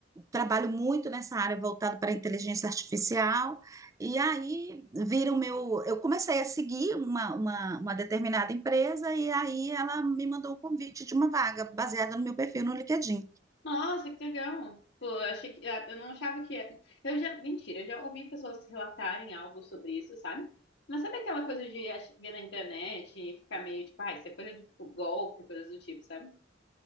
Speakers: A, on the right; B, on the left.
A: trabalho muito nessa área voltada para a inteligência artificial. E aí vira o meu. Eu comecei a seguir uma, uma, uma determinada empresa e aí ela me mandou o convite de uma vaga baseada no meu perfil no LinkedIn.
B: Nossa, que legal! Tipo, eu achei que, ah, eu não achava que, era. eu já, mentira, eu já ouvi pessoas relatarem algo sobre isso, sabe? Mas sabe aquela coisa de ach- ver na internet e ficar meio tipo, ah, isso é coisa de tipo, golpe, coisas do tipo, sabe?